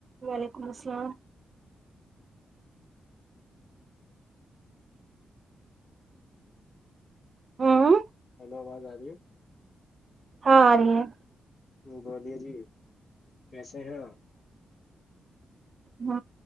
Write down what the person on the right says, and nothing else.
وعلیکم السلام ہوں
ہاں آ رہی ہے
ہ